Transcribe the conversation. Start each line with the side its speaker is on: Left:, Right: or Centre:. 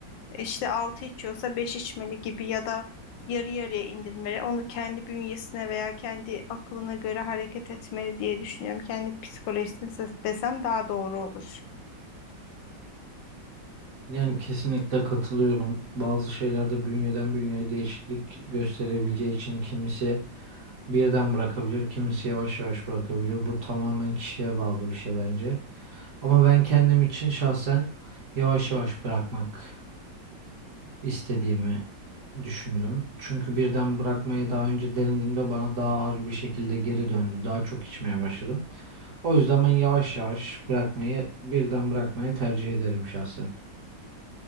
Left: İşte 6 içiyorsa 5 içmeli gibi ya da yarı yarıya indirmeli. Onu kendi bünyesine veya kendi aklına göre hareket etmeli diye düşünüyorum. Kendi psikolojisine desem daha doğru olur.
Right: Yani kesinlikle katılıyorum. Bazı şeylerde bünyeden bünyeye değişiklik gösterebileceği için kimisi birden bırakabilir, kimisi yavaş yavaş bırakabilir. Bu tamamen kişiye bağlı bir şey bence. Ama ben kendim için şahsen yavaş yavaş bırakmak istediğimi düşündüm. Çünkü birden bırakmayı daha önce denediğimde bana daha ağır bir şekilde geri döndü. Daha çok içmeye başladım. O yüzden ben yavaş yavaş bırakmayı, birden bırakmayı tercih ederim şahsen.